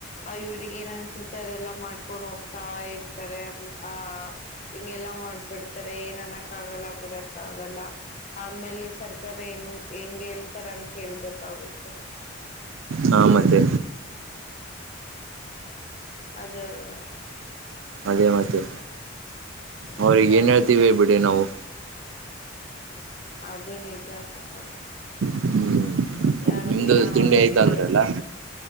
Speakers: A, on the left (about 40°); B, on the right (about 80°).
A: ಆ ಇವರಿಗ ಏನ ಅನ್ಸುತ್ತೆ ಅದೆಲ್ಲಾ ಮಾಡ್ಕೊಂಡ್ ಹೋಗ್ತಾ ಇರ್ತಾರೆ. ಆ ಹಿಂಗೆಲ್ಲ ಮಾಡ್ಬಿಡ್ತಾರೆ ಏನ್ ಅನಕ್ ಆಗಲ್ಲ ಬಿಡಕ್ಕ ಆಗಲ್ಲ. ಆ ಮೇಲೆ ಸರ್ಕಾರ ಹೆಂಗ್, ಹೆಂಗ್ ಹೇಳ್ತಾರ ಅಂಗ ಹೇಳ್ಬೇಕಾಗುತ್ತೆ.
B: ಹಾ, ಮತ್ತೆ
A: ಅದೇ ಅಲ್ಲವಾ
B: ಅದೇ ಮತ್ತೆ ಅವ್ರಿಗೆ
A: ಮತ್ತೆ
B: ಏನ್ ಹೇಳ್ತೀವಿ ಬಿಡಿ ನಾವು.
A: ಅದು ನಿಜಾನೇ <unintelligible>
B: ಹ್ಮ್
A: ಯಾರಿಗು
B: ನಿಮ್ದು
A: ಏನು
B: ತಿಂಡಿ ಆಯ್ತಾ
A: ಹೇಳೋಕೆ.
B: ಅಂದ್ರಲ್ಲ